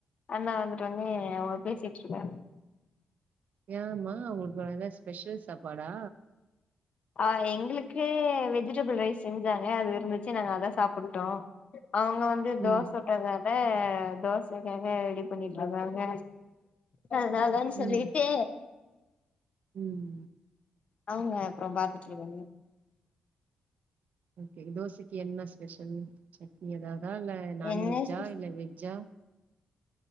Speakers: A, on the left; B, on the right.
A: அண்ணா வந்துட்டோனே அவ பேசிட்டு இருக்காங்க
B: ஏமா அவுங்ளுக்கு எதனா ஸ்பெஷல் சாப்பாடா
A: ஆ எங்குளுக்கு வெஜிடபுள் ரைஸ் செஞ்சாங்க அது இருந்துச்சு நாங்க அத சாப்புட்டோ அவங்க வந் ண்ணா தோச
B: ம்
A: சுட்டாங்க அதா தோசைக்காக ரெடி பண்ணிட்டு இருக்காங்க ஆ நாந்தானு சொல்லிட்டு
B: ம் ம்
A: அவுங்க அப்றோ பாத்துட்டு இருக்காங்க
B: ஓகே தோசைக்கி என்ன ஸ்பெஷலு சட்னி எததா இல்ல நான்வெஜ்ஜா
A: என்ன சிஸ்
B: இல்ல வெஜ்ஜா